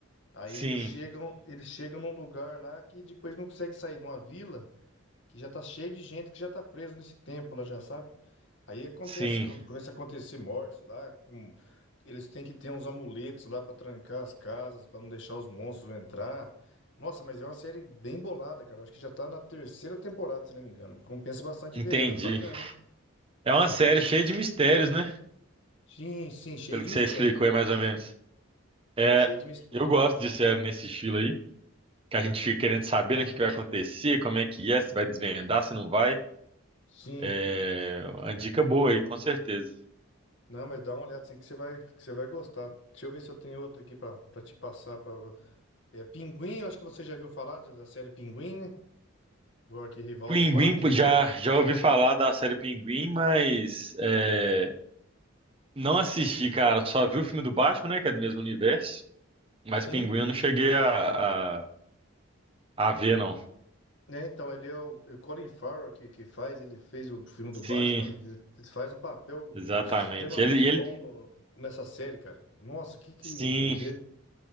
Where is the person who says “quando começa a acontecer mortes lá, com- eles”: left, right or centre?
Left